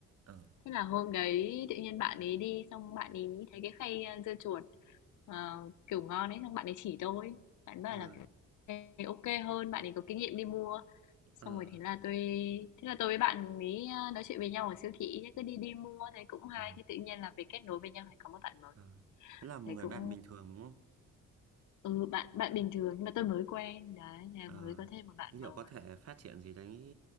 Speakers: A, on the right; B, on the left.
A: ờ
B: Thế là hôm đấy tự nhiên bạn ấy đi xong bạn ấy thấy cái khay ờ, dưa chuột ờ, kiểu ngon ấy xong bạn ấy chỉ tôi. Bạn bảo
A: ờ
B: là kiểu "Ê, ok hơn, bạn ấy có kinh nghiệm đi mua. Xong
A: ờ
B: rồi thế là tôi thế là tôi với bạn ấy ờ, nói chuyện với nhau ở siêu thị thế cứ đi đi mua thấy cũng hay
A: ờ
B: thế tự nhiên là về kết nối với nhau thì có một bạn mới.
A: ờ. thế là một
B: Thế
A: người
B: cũng
A: bạn bình thường đúng không
B: ừ bạn bạn bình thường nhưng mà tôi mới quen đấy, thế là
A: Ờ,
B: mới có thêm một bạn
A: liệu
B: mới.
A: có thể phát triển gì đấy